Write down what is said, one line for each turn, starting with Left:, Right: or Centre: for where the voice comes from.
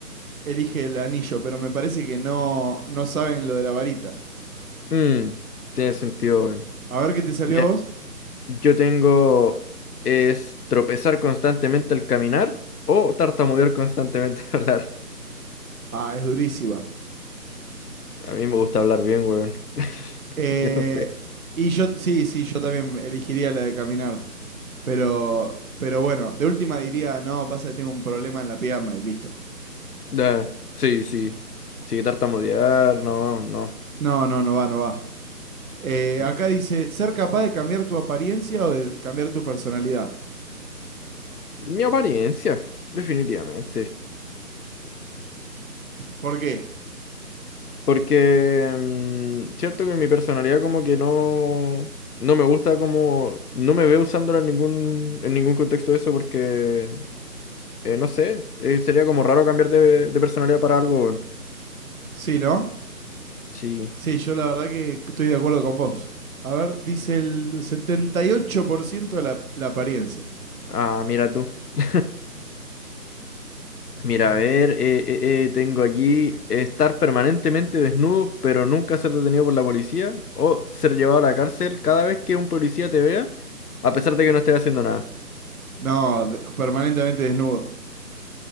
Right: elige el anillo, pero me parece que no, no saben lo de la varita.
Left: Mm, tiene sentido, weón.
Right: A ver qué te salió
Left: Mira,
Right: a vos.
Left: yo tengo es tropezar constantemente al caminar o tartamudear constantemente <laughs> al hablar.
Right: Ah, es durísima.
Left: A mí me gusta hablar bien, weón. <laughs> Así
Right: Eh,
Left: que no sé.
Right: y yo, sí, sí, yo también elegiría la de caminar. Pero, pero bueno, de última diría, no, pasa que tengo un problema en la pierna y listo.
Left: Ya, sí, sí. Sí, tartamudear, no, no.
Right: No, no, no va, no va. Eh,
Left: Mi
Right: acá dice, ser capaz de cambiar tu apariencia o de cambiar tu personalidad.
Left: mi apariencia, definitivamente.
Right: ¿Por qué?
Left: Porque, mm, cierto que mi personalidad como que no, no me gusta como, no me veo usándola en ningún, en ningún contexto de eso porque, eh, no sé, eh, sería como raro cambiar de, de personalidad para algo. weón.
Right: Sí, ¿no?
Left: Sí.
Right: Sí, yo la verdad que estoy de acuerdo con vos. A ver, dice el 78% de la, la apariencia.
Left: Ah, mira tú. <laughs> Mira, a ver, eh, eh, eh, tengo aquí estar permanentemente desnudo pero nunca ser detenido por la policía o ser llevado a la cárcel cada vez que un policía te vea a pesar de que no estés haciendo nada.
Right: No, de- permanentemente desnudo.